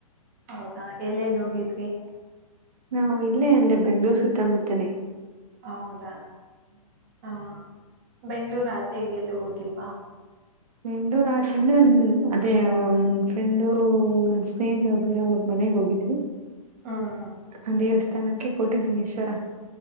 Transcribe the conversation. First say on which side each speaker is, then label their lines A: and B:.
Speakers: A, on the right; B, on the right.
A: ಹೌದಾ ಎಲ್ಲೆಲ್ಲಿ ಹೋಗಿದ್ರಿ
B: ನಾವು ಇಲ್ಲೇ ಇಲ್ಲೇ ಬೆಂಗಳೂರು ಸುತ್ತಮುತ್ತಾನೆ
A: ಹೌದಾ ಹಾ ಬೆಂಗಳೂರು ಆಚೆೆಗೆ ಎಲ್ಲೂ ಹೋಗಿಲ್ವಾ
B: ನಂಡೂರ ಚಂದು ನನ್ ಅದೇ ನ ಫ್ರೆಂಡು ನ ಸ್ನೇಹಿತ ಒಬ್ ಹ್ಮ್ ಹೋಗಿದ್ವಿ
A: ಹ್ಮ್
B: ಆ ದೇವಸ್ಥಾನಕ್ಕೆ ಕೋಟಿಲಿಂಗೇಶ್ವರ.